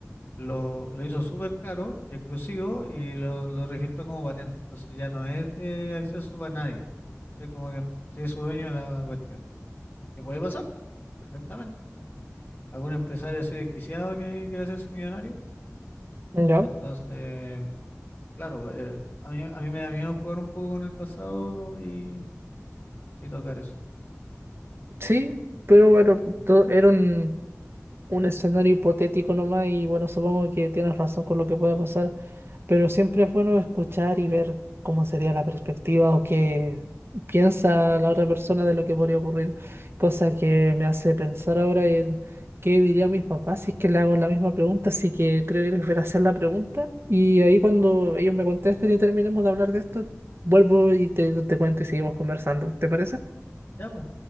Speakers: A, on the left (about 40°); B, on the right (about 50°).
A: lo, lo hizo súper caro y exclusivo y lo, lo registró como patente. Entonces ya no es de acceso para nadie. ¿Cachai? Como que sí es su dueño de la cuestión. Que puede pasar, pues, perfectamente. Algún empresario así desquiciado que quiere hacerse millonario.
B: ya.
A: Entonces, claro, eh, a mí, a mí me da miedo jugar un poco con el pasado y, y tocar eso.
B: Sí, pero bueno, todo, era un un escenario hipotético nomás y bueno, supongo que tienes razón con lo que pueda pasar, pero siempre es bueno escuchar y ver cómo sería la perspectiva o qué piensa la otra persona de lo que podría ocurrir, cosa que me hace pensar ahora en qué dirían mis papás si es que le hago la misma pregunta, así que creo que les voy a hacer la pregunta y ahí cuando ellos me contesten y terminemos de hablar de esto, vuelvo y te, te cuento y seguimos conversando, ¿te parece?
A: Ya, pues,